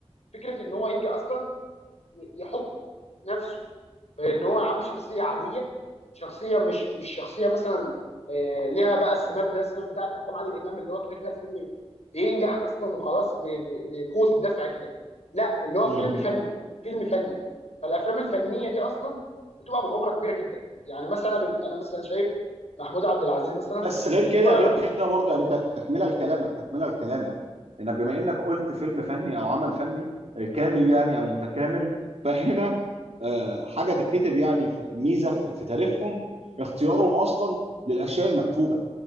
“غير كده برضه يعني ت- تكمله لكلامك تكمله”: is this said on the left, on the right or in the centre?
Right